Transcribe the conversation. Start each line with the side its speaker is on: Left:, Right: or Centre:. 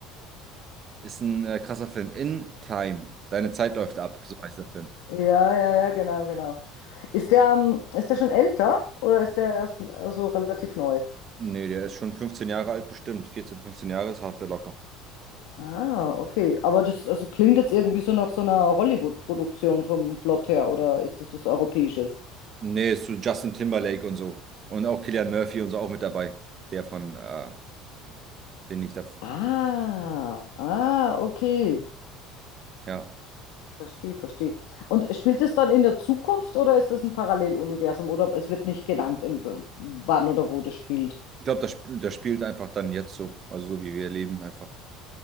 Right: ist ein äh, krasser Film. In Time. Deine Zeit läuft ab, so heißt der Film.
Left: ja, ja, ja, genau, genau. Ist der, ähm, ist der schon älter oder ist der erst also relativ neu?
Right: Nee, der ist schon 15 Jahre alt, bestimmt. 14, 15 Jahre ist hart der locker.
Left: Ah, okay. Aber das also klingt jetzt irgendwie so nach so einer Hollywood-Produktion vom Plot her oder ist das was Europäisches?
Right: Nee, ist so Justin Timberlake und so. Und auch Cillian Murphy und so auch mit dabei. Der von, äh, den ich da.
Left: Ah, ah, okay.
Right: Ja.
Left: Verstehe, verstehe. Und spielt es dann in der Zukunft oder ist es ein Paralleluniversum oder es wird nicht genannt, in, wann oder wo das spielt?
Right: Ich glaube, das, sp- das spielt einfach dann jetzt so. Also so wie wir leben einfach.